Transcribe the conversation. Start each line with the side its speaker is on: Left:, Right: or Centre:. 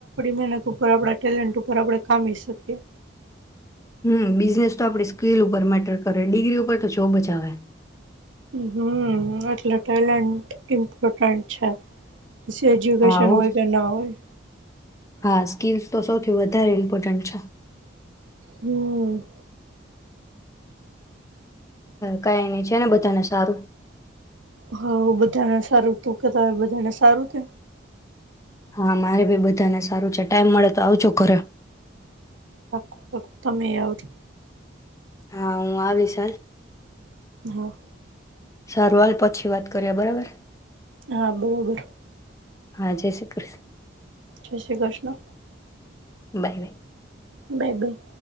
Right: મહેનત ઉપર આપણા ટેલેન્ટ ઉપર આપણે કામી શકીએ
Left: હમ બિઝનેસ તો આપણે સ્કીિલ ઉપર મેટર કરે ડિગ્રી ઉપર તો જોબ જ આવે
Right: હમ એટલે ટેલેન્ટ ઇમ્પોર્ટન્ટ છે પછી એજુકેશન
Left: હા હો
Right: હોય કે ના હોય
Left: હા સ્કીિલ્સ તો સૌથી વધારે ઇમ્પોર્ટન્ટ છે
Right: હમ્મ
Left: કઈની છે ને બધાને સારું
Right: હા બધાને સારું તું કેતા બધાને સારું ને
Left: હા મારે ભી બધાને સારું છે ટાઈમ મળે તો આવજો ઘરે
Right: પાકું પાકું તમે એ આવજો
Left: હા હું આવીશ હાલ
Right: હા
Left: સારું હાલ પછી વાત કર્યા બરાબર
Right: હા બરોબર
Left: હા જય શ્રી કૃષ્ણ
Right: જય Shri Krishna
Left: bye bye
Right: baby